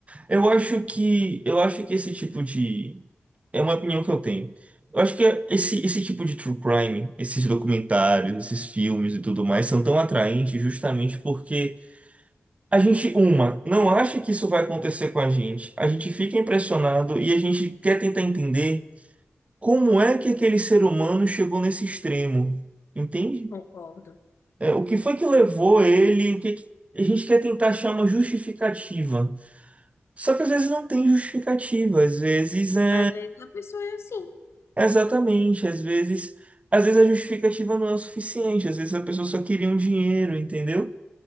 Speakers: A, on the right; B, on the left.
A: Eu acho que eu acho que esse tipo de é uma opinião que eu tenho. Eu acho que esse esse tipo de true crime, esses documentários, esses filmes e tudo mais são tão atraentes justamente porque A gente, uma, não acha que isso vai acontecer com a gente. A gente fica impressionado e a gente quer tentar entender como é que aquele ser humano chegou nesse extremo. Entende?
B: Concordo.
A: É, o que foi que levou ele? O que que- A gente quer tentar achar uma justificativa. Só que às vezes não tem justificativa. Às vezes é
B: Às vezes a pessoa é assim.
A: exatamente. Às vezes, às vezes a justificativa não é o suficiente. Às vezes a pessoa só queria um dinheiro, entendeu?